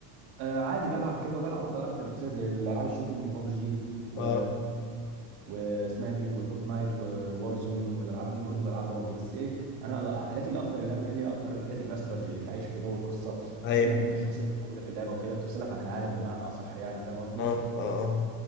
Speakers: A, on the right; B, on the left.
A: آه، عادي بلعب كده وبلعب برضه العاب التنافسيه زي الالعاب الشوتينج ببجي و
B: اه
A: واسمها دي وفورتنايت ووار زون والالعاب دي برضه بلعبها برضه بس ايه انا ال- الحاجات اللي اكتر اللي انا مايل ليها اكتر الحاجات اللي فيها استراتيجي اللي بتعيشك في جو القصه
B: ايوه
A: وكانك انت الشخصيه اللي موجوده في اللعبه وكده بتفصلك عن العالم بمعنى اصح يعني فاهم قصدي
B: اه اه آه.